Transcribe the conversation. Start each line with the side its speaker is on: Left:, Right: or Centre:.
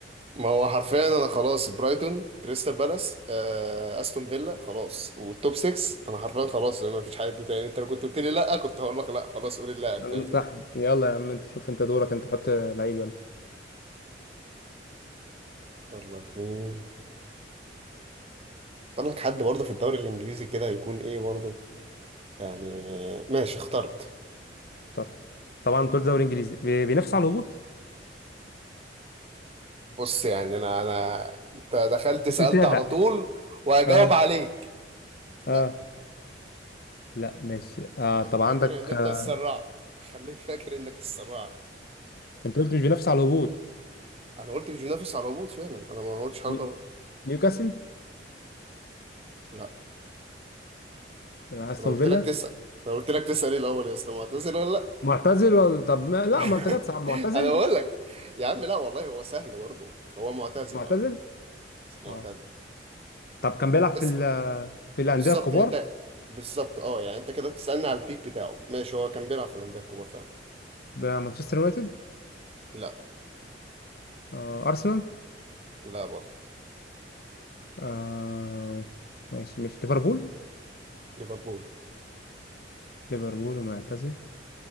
Right: ما هو حرفيا انا خلاص برايتون كريستال بالاس آه، استون فيلا خلاص والتوب 6 انا حرفيا خلاص ما فيش حد تاني انت لو كنت قلت لي لا كنت هقول لك لا خلاص قول اللاعب
Left: أم-
Right: فاهمني
Left: صح يلا يا عم انت شوف انت دورك انت حط لعيب يلا
Right: اقول لك مين اختار لك حد برضه في الدوري الانجليزي كده هيكون ايه برضه يعني ماشي اخترت
Left: طب طبعا دول دوري انجليزي بي- بينافس على الهبوط
Right: بص يعني انا انا انت دخلت
Left: مش
Right: سألت
Left: متابع
Right: على طول وهجاوب
Left: اه
Right: عليك لا
Left: اه لا ماشي آه
Right: خليك
Left: طب عندك
Right: فاكر ان انت
Left: آه.
Right: اتسرعت خليك فاكر انك اتسرعت
Left: انت قلت مش بينافس على الهبوط
Right: انا قلت مش بينافس على الهبوط فعلا انا ما قلتش حاجه
Left: ني-
Right: غلط
Left: نيوكاسل
Right: لا
Left: آه، استون
Right: انا قلت
Left: فيلا
Right: لك تسال انا قلت لك تسال ايه الاول يا اسطى ما هتسال ولا لا
Left: معتزل ولا طب ما... لا
Right: <laughs>
Left: ما انت كده صعب معتزل
Right: انا بقول لك يا عم لا والله هو سهل برضه هو معتزل
Left: معتزل
Right: اه بس معتزل
Left: اه طب كان بيلعب في
Right: اسال
Left: ال... في الانديه
Right: بالظبط
Left: الكبار
Right: يعني انت بالظبط اه يعني انت كده بتسالني على البيك بتاعه ماشي هو كان بيلعب في الانديه الكبار فعلا
Left: بمانشستر يونايتد
Right: لا
Left: آه ارسنال
Right: لا برضه
Left: آه ماشي ماشي ليفربول
Right: ليفربول
Left: ليفربول ومعتزل